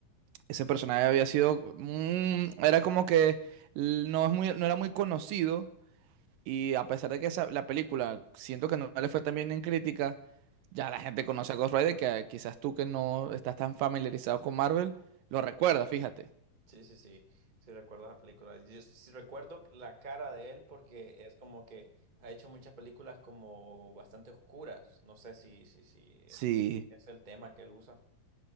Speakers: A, on the right (about 75°); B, on the right (about 25°).
A: Ese personaje había sido, mm, era como que l- no es muy, no era muy conocido y a pesar de que esa, la película siento que no le fue tan bien en crítica, ya la gente conoce a Ghost Rider que ah, quizás tú que no estás tan familiarizado con Marvel lo recuerdas, fíjate.
B: Sí, sí, sí, sí recuerdo esa película. Yo sí recuerdo la cara de él porque es como que ha hecho muchas películas como bastante oscuras. No sé si, si, si eh,
A: Sí,
B: es el tema que él usa.